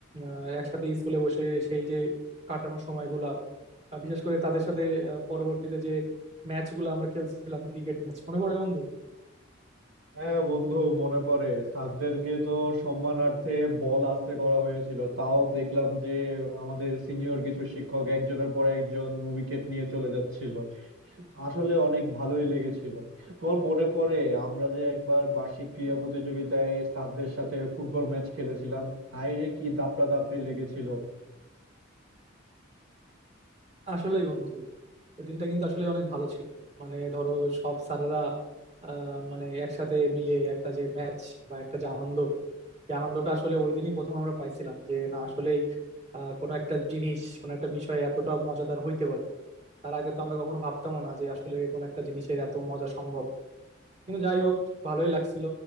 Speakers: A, on the right (about 35°); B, on the right (about 85°).
A: আহ, একসাথে স্কুলে বসে সেই যে কাটানোর সময়গুলা আহ, বিশেষ করে তাদের সাথে আহ, পরবর্তীতে যে ম্যাচ গুলো আমরা খেলছিলাম ক্রিকেট ম্যাচ মনে পড়ে বন্ধু
B: হ্যাঁ বন্ধু মনে পড়ে স্যারদেরকে তো সম্মানার্থে বল আস্তে করা হয়েছিল তাও দেখলাম যে আমাদের সিনিয়র কিছু শিক্ষক একজনের পর একজন উইকেট নিয়ে চলে যাচ্ছিল আসলে অনেক ভালোই লেগেছিল তোমার মনে পড়ে আমরা যে একবার বার্ষিক ক্রীড়া প্রতিযোগিতায় স্যারদের সাথে ফুটবল ম্যাচ খেলেছিলাম হায় রে কি দাপড়া দাপড়ি লেগেছিল
A: আসলেই বন্ধু ওই দিনটা কিন্তু আসলে অনেক ভালো ছিল মানে ধরো সব স্যারেরা আহ, মানে একসাথে মিলে একটা যে ম্যাচ বা একটা যে আনন্দ সেই আনন্দটা আসলে ওই দিনই প্রথম আমরা পাইছিলাম যে না আসলেই আহ, কোনো একটা জিনিস কোনো একটা বিষয় এতটা মজাদার হইতে পারে তার আগে তো আমরা কখনো ভাবতামও না যে আসলে কোনো একটা জিনিসের এত মজা সম্ভব কিন্তু যাই হোক ভালোই লাগছিল